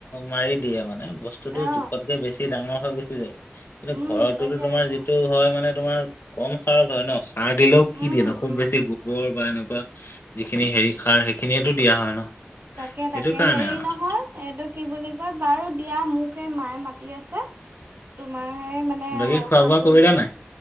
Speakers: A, on the left (about 60°); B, on the right (about 60°).
A: মাৰি দিয়ে মানে বস্তুতটো
B: অ
A: জোখতকে বেছি ডাঙৰ হৈ গুছি যায়। কিন্তু
B: উম
A: ঘৰতোতো
B: তাকে
A: তোমাৰ
B: তাকে
A: যিটো হয় মানে তোমাৰ কম সাৰত হয় ন সাৰ দিলেও
B: উম
A: কি দিয়ে ন খুব
B: উম
A: বেছি গোবৰ বা এনেকুৱা, যিখিনি হেৰি সাৰ সেইখিনিয়েতো দিয়া হয় ন।
B: তাকে
A: সেইটো
B: তাকে
A: কাৰণে
B: হেৰি
A: আৰু
B: নহয় এইটো কি বুলি কয় বাৰু দিয়া মোক এই মায়ে মাতি আছে। তোমাৰ সে মানে
A: বাকী খোৱা
B: কাপোৰ
A: বোৱা কৰিলা
B: কেইতে
A: নাই